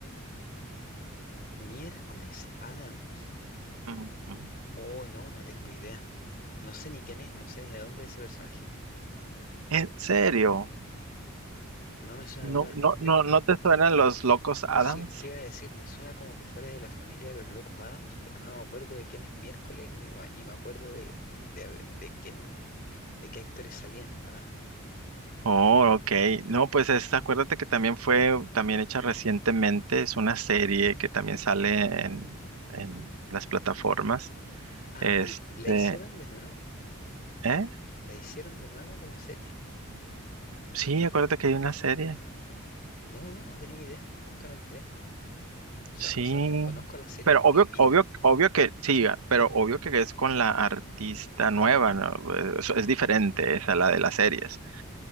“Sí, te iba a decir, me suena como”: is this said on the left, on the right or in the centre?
Left